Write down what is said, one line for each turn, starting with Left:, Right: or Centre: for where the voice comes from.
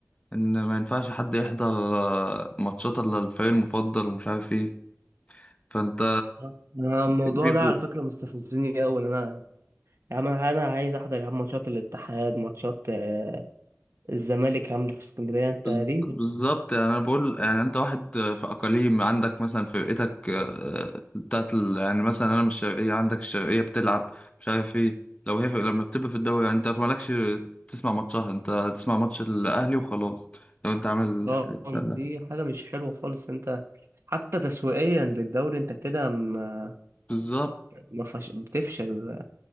Left: ان ما ينفعش حد يحضر آه، ماتشات الا الفريق المفضل ومش عارف ايه فانت
Right: آه. أنا الموضوع
Left: بيبقوا
Right: ده على فكرة مستفزني أوي إن أنا يا عم أنا أنا عايز أحضر يا عم ماتشات الاتحاد ماتشات آه، الزمالك عاملة في اسكندرية أنت
Left: بز-
Right: ليه
Left: بالظبط
Right: بت...
Left: يعني انا بقول يعني انت واحد آه، في اقاليم عندك مثلا فرقتك آه، بتاعت ال... يعني مثلا انا من الشرقيه عندك الشرقيه بتلعب مش عارف ايه لو هي في... لما بتبقى في الدوري يعني انت مالكش تسمع ماتشها انت تسمع ماتش الاهلي وخلاص لو انت عامل الحاجات
Right: آه
Left: دي.
Right: دي حاجة مش حلوة خالص أنت حتى تسويقيا للدوري أنت كده ما
Left: بالظبط
Right: ما فش... بتفشل